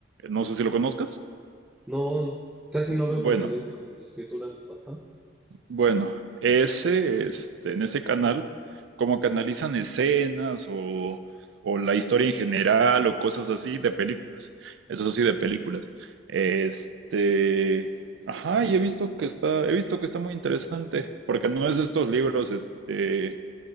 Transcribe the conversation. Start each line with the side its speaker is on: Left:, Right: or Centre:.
Right: No sé si lo conozcas.
Centre: No, casi no
Right: Bueno,
Centre: veo contenido de escritura. Ajá.
Right: bueno, ese, este, en ese canal, como canalizan escenas o, o la historia en general o cosas así de películas. Eso sí, de películas. Este, ajá, y he visto que está, he visto que está muy interesante, porque no es de estos libros, este,